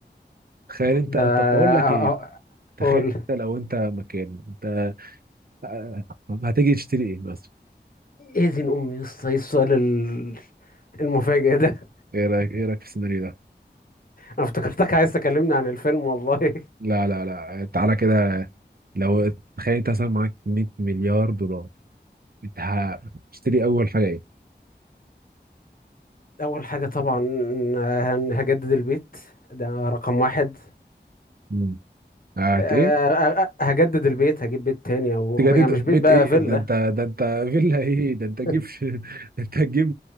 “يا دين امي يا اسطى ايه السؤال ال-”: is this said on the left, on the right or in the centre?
Left